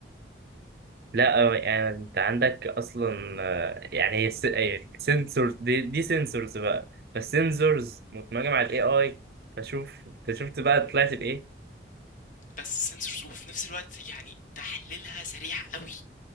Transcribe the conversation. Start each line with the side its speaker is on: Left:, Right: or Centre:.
Right: لا آه، يعني انت عندك اصلا آه، يعني سنسورز دي دي سنسورز بقى فالسنسورز متمجمة على الاي اي فشوف انت شفت بقى طلعت بايه
Left: بس سنسورز وفي نفس الوقت يعني تحليلها سريع قوي